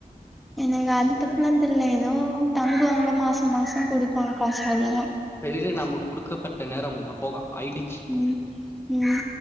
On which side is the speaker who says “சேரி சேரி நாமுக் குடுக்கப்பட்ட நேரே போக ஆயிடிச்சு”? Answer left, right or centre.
Left